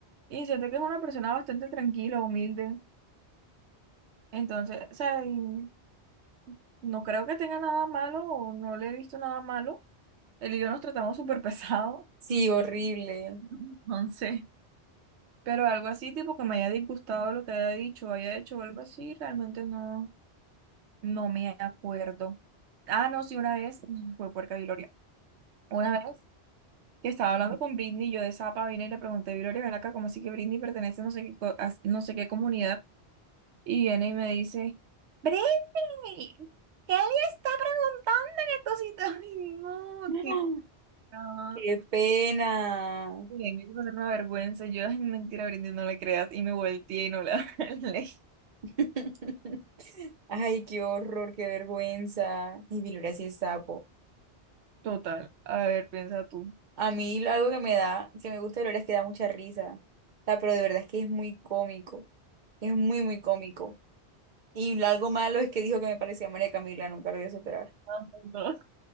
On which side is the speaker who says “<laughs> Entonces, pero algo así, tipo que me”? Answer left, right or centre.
Right